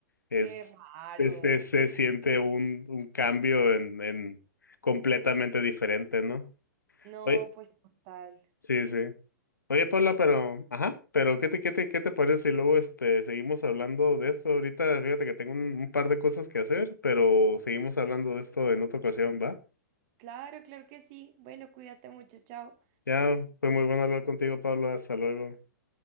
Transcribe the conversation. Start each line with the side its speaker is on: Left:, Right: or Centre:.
Left: es,
Right: qué raro.
Left: es- es- se siente un, un cambio en, en completamente diferente, ¿no?
Right: No,
Left: Oye.
Right: pues total.
Left: Sí, sí. Oye,
Right: Sí,
Left: Paula, pero, ajá, pero ¿qué te, qué te, qué te parece si luego este, seguimos hablando de esto? Ahorita fíjate que tengo un, un par de cosas que hacer, pero seguimos hablando de esto en otra ocasión, ¿va?
Right: claro, claro que sí. Bueno, cuídate mucho, chao.
Left: Ya fue muy bueno hablar contigo, Pablo. Hasta luego.